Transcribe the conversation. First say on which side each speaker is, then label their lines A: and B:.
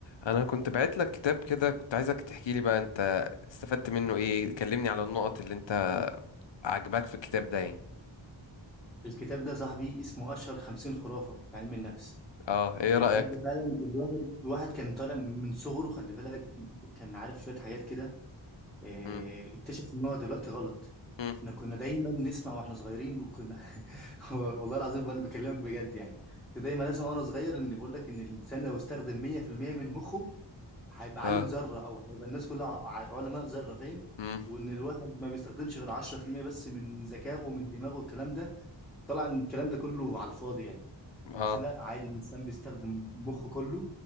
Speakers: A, on the left; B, in the centre.
A: انا كنت بعت لك كتاب كده كنت عايزك تحكي لي بقى انت استفدت منه ايه كلمني على النقط اللي انت عجباك في الكتاب ده يعني
B: الكتاب ده صاحبي اسمه أشهر خمسين خرافة في علم النفس
A: اه ايه
B: الكتاب
A: رأيك
B: ده فعلا الواحد الواحد كان طالع من صغره خلي بالك كان عارف شوية حاجات كده آه،
A: مم.
B: اكتشف إن هو دلوقتي غلط
A: مم.
B: احنا كنا دايما نسمع واحنا صغيرين وكنا <laughs> والله العظيم بقول بكلمك بجد يعني كنت دايما اسمع وانا صغير ان بقول لك ان الانسان لو استخدم 100% من مخه هيبقى
A: اه
B: عالم ذرة او هيبقى الناس كلها ع- علماء ذرة فاهم
A: مم.
B: وان الواحد ما بيستخدمش غير 10% بس من ذكائه ومن دماغه الكلام ده طلع ان الكلام ده كله على الفاضي يعني الانسان
A: اه
B: لا عادي الانسان بيستخدم مخه كله